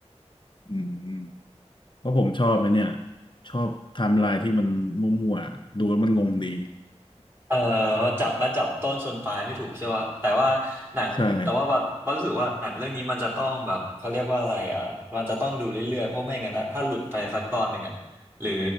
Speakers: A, on the left; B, on the right.
A: อืมเพราะผมชอบไอ้เนี่ย ชอบไทม์ไลน์ที่มันมั่วๆ ดูแล้วมันงงดี
B: เอ่อมาจับมาจับต้นชนปลายไม่ถูกใช่ป่ะแต่ว่าหนังแต่ว่าบัดบัดรู้สึกว่าหนังเรื่องนี้มันจะต้องแบบเขาเรียกว่าอะไรอ่ะมันจะต้องดูเรื่อยๆเพราะไม่งั้นนะถ้าหลุดไปสักตอนหนึ่งอ่ะหรือ
A: <laughs> ใช่